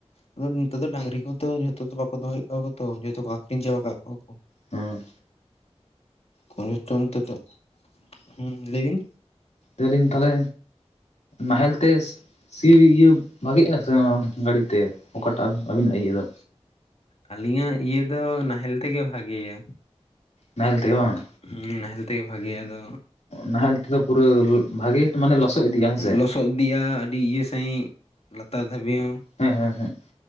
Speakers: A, on the left; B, on the left.
A: ᱟᱫᱚ ᱱᱤᱛᱚᱜ ᱫᱚ ᱰᱟᱝᱨᱤ ᱠᱚᱦᱚᱸ ᱛᱚ ᱡᱚᱛᱚ ᱛᱚ ᱵᱟᱠᱚ ᱫᱚᱦᱚᱭᱮᱜ ᱠᱚᱣᱟ ᱠᱚ ᱛᱚ ᱡᱚᱛᱚ ᱠᱚ ᱟᱠᱷᱨᱤᱧ ᱪᱟᱵᱟ ᱠᱟᱜ ᱠᱚᱣᱟ ᱠᱚ᱾
B: ᱦᱚᱸᱻ
A: <unintelligible> ᱚᱱᱛᱮ ᱫᱚ, ᱦᱩᱸ ᱞᱟᱹᱭ ᱵᱤᱱᱼᱼ
B: ᱞᱟᱹᱭᱮᱜᱼᱟ ᱞᱤᱧ ᱛᱟᱦᱞᱮ ᱱᱟᱦᱮᱞ ᱛᱮᱥᱼᱼ ᱥᱤ ᱤᱭᱟᱹ ᱵᱷᱟᱜᱤᱼᱟ ᱥᱮ ᱱᱚᱣᱟ ᱜᱟᱰᱤ ᱛᱮ ᱚᱠᱟᱴᱟᱜ ᱟᱵᱤᱱᱟᱜ ᱤᱭᱟᱹ ᱫᱚ?
A: ᱟᱹᱞᱤᱧᱟᱜ ᱤᱭᱟᱹ ᱫᱚ ᱱᱟᱦᱮᱞ ᱛᱮᱜᱮ ᱵᱷᱟᱜᱤᱭᱟ᱾
B: ᱱᱟᱦᱮᱞ ᱛᱮᱜᱮ ᱵᱟᱝ?
A: ᱦᱩᱸ ᱱᱟᱦᱮᱞ ᱛᱮᱜᱮ ᱵᱷᱟᱜᱮᱭᱟ, ᱟᱫᱚ?
B: ᱱᱟᱦᱮᱞ ᱛᱮᱫᱚ ᱯᱩᱨᱟᱹ ᱵᱷᱟᱜᱮ ᱢᱟᱱᱮ ᱞᱚᱥᱚᱫ ᱤᱫᱤᱜᱼᱟ᱾ ᱥᱮ
A: ᱞᱚᱥᱚᱜ ᱤᱫᱤᱜᱼᱟ, ᱟᱹᱰᱤ ᱤᱭᱟᱹ ᱥᱟᱺᱦᱤᱸᱜ ᱞᱟᱛᱟᱨ ᱫᱷᱟᱹᱵᱤᱡ ᱦᱚᱸ᱾
B: ᱦᱮᱸ ᱦᱮᱸ ᱦᱮᱸ